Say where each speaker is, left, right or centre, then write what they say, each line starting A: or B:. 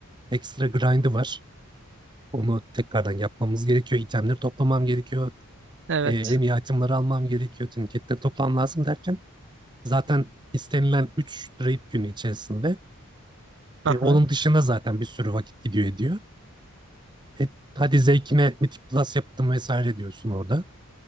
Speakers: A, on the right (about 20°); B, on the right (about 55°).
A: ekstra grind'i var. Onu tekrardan yapmamız gerekiyor. İtemleri toplamam gerekiyor.
B: <laughs> Evet.
A: E, en iyi itemleri almam gerekiyor. Tüniketleri toplam lazım derken zaten istenilen 3 raid günü içerisinde
B: Aha.
A: e, onun dışında zaten bir sürü vakit gidiyor ediyor. E, hadi zevkime Mythic Plus yaptım vesaire diyorsun orada.